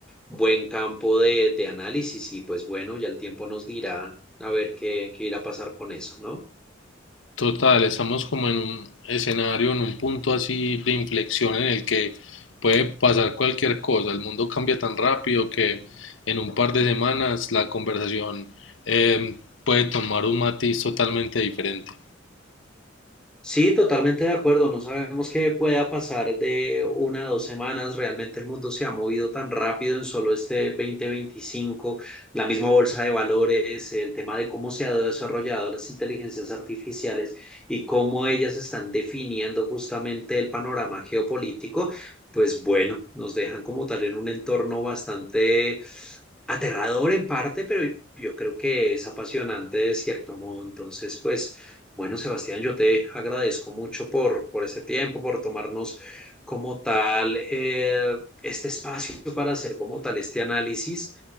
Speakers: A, in the centre; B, on the left.
A: buen campo de, de análisis y pues bueno, ya el tiempo nos dirá a ver qué, qué irá a pasar con eso, ¿no?
B: Total, estamos como en un escenario, en un punto así de inflexión en el que puede pasar cualquier cosa. El mundo cambia tan rápido que en un par de semanas la conversación eh, puede tomar un matiz totalmente diferente.
A: Sí, totalmente de acuerdo. No sabemos qué pueda pasar de una a dos semanas. Realmente el mundo se ha movido tan rápido en solo este 2025. La misma bolsa de valores, el tema de cómo se han desarrollado las inteligencias artificiales y cómo ellas están definiendo justamente el panorama geopolítico. Pues bueno, nos dejan como tal en un entorno bastante aterrador en parte, pero yo creo que es apasionante de cierto modo. Entonces, pues, bueno, Sebastián, yo te agradezco mucho por, por este tiempo, por tomarnos como tal eh, este espacio para hacer como tal este análisis